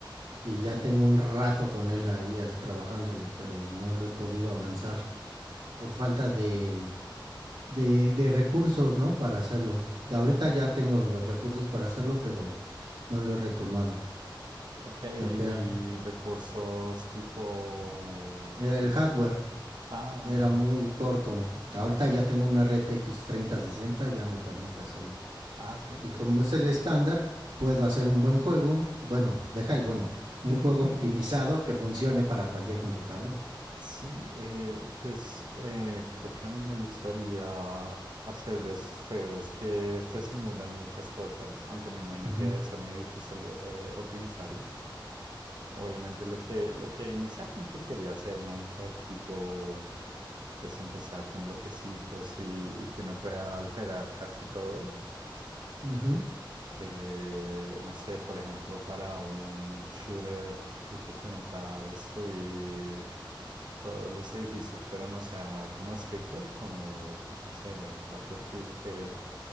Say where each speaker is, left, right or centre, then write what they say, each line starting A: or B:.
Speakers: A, on the right (about 85°); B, on the right (about 60°).
A: y ya tengo un rato con él ahí trabajándolo, pero no lo he podido avanzar por falta de, de, de recursos, ¿no? Para hacerlo. Ahorita
B: Mm.
A: ya tengo los recursos para hacerlo, pero no lo he retomado.
B: Ok, y
A: Porque
B: recursos tipo,
A: el
B: pues,
A: hardware
B: ah,
A: era
B: el hardware.
A: muy corto. Ahorita ya tengo una RTX 3060, ya me permite hacerlo.
B: Ah, sí,
A: Y
B: sí,
A: como
B: sí.
A: es el estándar, puedo hacer un buen juego. Bueno, deja el bueno. Un
B: <laughs>
A: juego optimizado que funcione para cualquier computadora.
B: Sí, eh, pues eh, creo que a mí me gustaría hacer de esos juegos que se simulan muchas cosas, aunque me imagino
A: Ujú,
B: que debe ser muy difícil eh, optimizarlos. Obviamente lo que, lo que inicialmente quería hacer Minecraft, tipo, pues empezar con bloquecitos y, y que uno pueda alterar casi todo.
A: ujú.
B: eh, no sé, por ejemplo, para un shooter tipo que uno pueda destruir todos los edificios, pero no sea como scripted, como, pues no sé, Battlefield, que